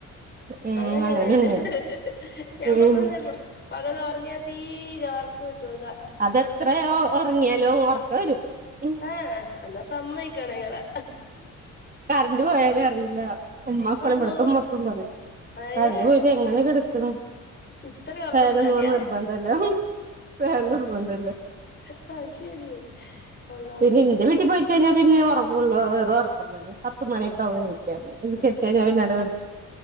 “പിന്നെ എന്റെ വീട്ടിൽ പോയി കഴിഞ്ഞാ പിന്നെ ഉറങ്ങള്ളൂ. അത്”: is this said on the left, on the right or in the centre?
Right